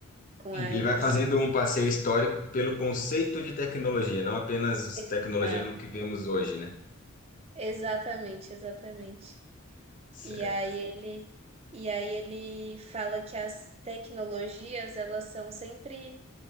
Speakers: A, on the right; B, on the left.
A: com
B: Ele
A: a Revolução
B: vai fazendo
A: Industrial.
B: um passeio histórico pelo conceito de tecnologia, não apenas
A: Exato.
B: tecnologia no que vemos hoje, né?
A: Exatamente, exatamente.
B: Certo.
A: E aí ele, e aí ele fala que as tecnologias, elas são sempre